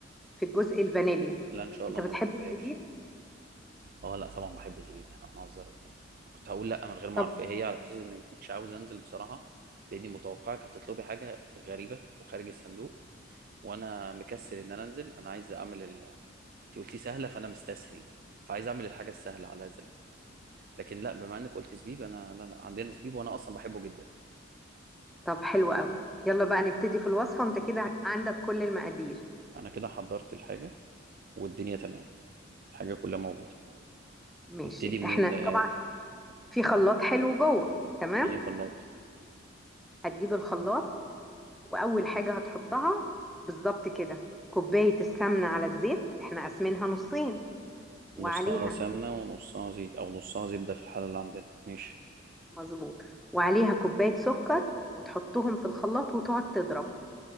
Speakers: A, in the centre; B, on the right.
A: في الجزء الفانيليا
B: لا ان شاء الله
A: انت بتحب
B: ما بحبهاش
A: الزبيب
B: اه لا طبعا بحب زبيب احنا هنهزر ولا ايه انا كنت هقول لا من غير ما
A: طب
B: اعرف ايه هي على اساس اني ما كنتش عاوز انزل بصراحه لاني متوقعك هتطلبي حاجه غريبه وخارج الصندوق وانا مكسل ان انا انزل انا عايز اعمل ال... انت قلتي سهله فانا مستسهل فعايز اعمل الحاجه السهله على هذا الاساس لكن لا بما انك قلت زبيب انا لا لا عندنا زبيب وانا اصلا بحبه جدا
A: طب حلو قوي يلا بقى نبتدي في الوصفة انت كده عندك كل المقادير
B: انا كده حضرت الحاجه والدنيا تمام الحاجه كلها موجوده
A: ماشي
B: نبتدي منين
A: احنا
B: بقى
A: طبعا في خلاط حلو جوه تمام
B: في خلاط
A: هتجيب الخلاط وأول حاجة هتحطها بالظبط كده كوباية السمنة على الزيت احنا قاسمينها نصين وعليها
B: نصها سمنة ونصها زيت أو نصها زبدة في الحالة اللي عندنا ماشي
A: مظبوط وعليها كوباية سكر وتحطهم في الخلاط وتقعد تضرب